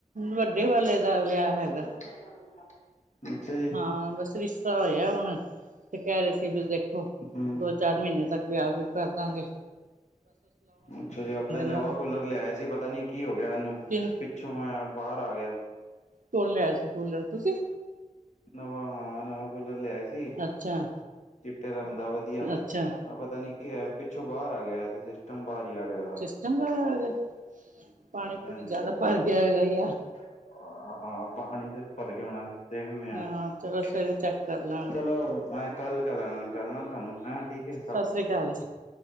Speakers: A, on the right; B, on the left.
A: ਵੱਡੇ ਵਾਲੇ ਦਾ ਵਿਆਹ ਹੈਗਾ।
B: ਦਾ <unintelligible> ਅੱਛਾ ਜੀ
A: ਹਾਂ ਬਸ ਰਿਸ਼ਤਾ ਹੋਇਆ ਹੁਣ। ਤੇ ਕਹਿ ਰਹੇ ਸੀ ਵੀ ਦੇਖੋ।
B: ਹਮ
A: ਦੋ -ਚਾਰ ਮਹੀਨੇ ਤੱਕ ਵਿਆਹ ਵਹੁ ਕਰਦਾਂਗੇ।
B: ਅੱਛਾ ਜੀ ਆਪਾਂ ਤਾਂ ਨਵਾਂ
A: ਨਾ ਫਿਰ
B: ਕੂਲਰ ਲਿਆਏ ਸੀ ਪਤਾ ਨੀ ਕੀ ਹੋ ਗਿਆ। ਇਹ ਨੂੰ
A: ਕਿਨ
B: ਪਿੱਛੋਂ ਆਇਆ ਬਾਹਰ ਆ ਗਿਆ।
A: ਕੌਣ ਲਿਆਇਆ ਸੀ ਕੂਲਰ ਤੁਸੀਂ।
B: ਨਵਾਂ ਹਾਂ ਨਵਾਂ ਕੂਲਰ ਲਿਆਇਆ ਸੀ। ਜੀ
A: ਅੱਛਾ
B: ਚਿੱਟੇ ਰੰਗਦਾ ਵਧੀਆ
A: ਅੱਛਾ
B: ਆਹ ਪਤਾ ਨੀ ਕੀ ਹੋਇਆ ਪਿੱਛੋਂ ਬਾਹਰ ਆ ਗਿਆ। ਤੇ ਸਿਸਟਮ ਬਾਹਰ ਹੀ ਆ ਗਿਆ। ਦਾ
A: ਸਿਸਟਮ ਬਹਾਰ ਆ ਗਿਆ। ਪਾਣੀ
B: ਹਾਂਜੀ
A: ਪੂਣੀ ਜਿਆਦਾ ਭਰ ਗਿਆ ਹੋਏ ਗਾ ਯਰ।
B: ਹਾਂ ਪਾਣੀ ਤੇ ਭਰ ਗਿਆ ਹੋਣਾ ਦੇਖ
A: ਹਾਂ ਚਲੋ ਸਵੇਰੇ
B: <unintelligible>
A: ਚੈੱਕ ਕਰ ਲੈਣਾ
B: ਚਲੋ ਮੈਂ ਕੱਲ ਕਰਾਂਗਾ ਗੱਲ ਆ ਤੁਹਾਨੂੰ ਹੈਂ ਠੀਕ ਏ।
A: ਸਾਸਰੀ ਕਾਲ ਜੀ